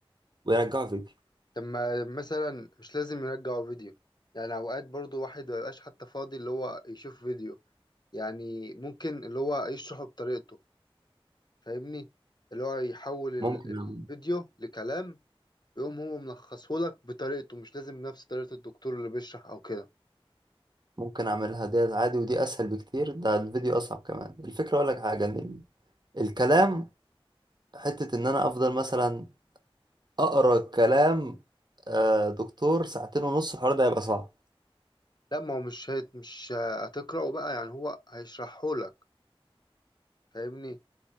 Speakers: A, on the right; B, on the left.
A: ويرجعوا فيديو
B: طب ما مثلا مش لازم يرجعوا فيديو يعني اوقات برضو واحد مبيبقاش حتى فاضي اللي هو يشوف فيديو يعني ممكن اللي هو يشرحه بطريقته فاهمني اللي هو يحول ال-
A: ممكن
B: ال-
A: أعمل-
B: الفيديو لكلام ويقوم هو ملخصهولك بطريقته مش لازم نفس طريقة الدكتور اللي بيشرح او كده
A: ممكن اعملها ديت عادي ودي اسهل بكتير ده الفيديو اصعب كمان الفكره اقول لك حاجه ان ال- الكلام حته ان انا افضل مثلا اقرا كلام آه، دكتور ساعتين ونص الحوار ده هيبقى صعب
B: لا ما هو مش هيت مش هتقرأه بقى يعني هو هيشرحهولك فاهمني